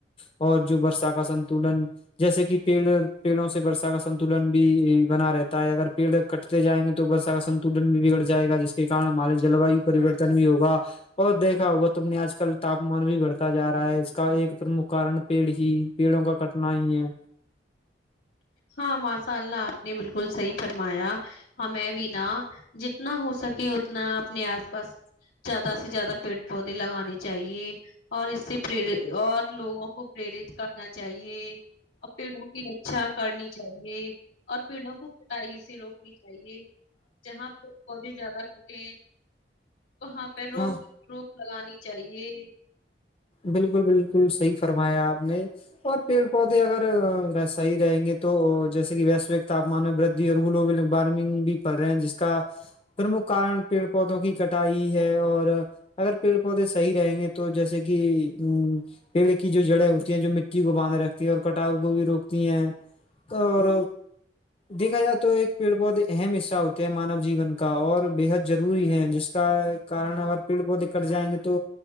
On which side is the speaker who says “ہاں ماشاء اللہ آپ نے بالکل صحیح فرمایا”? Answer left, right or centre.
Left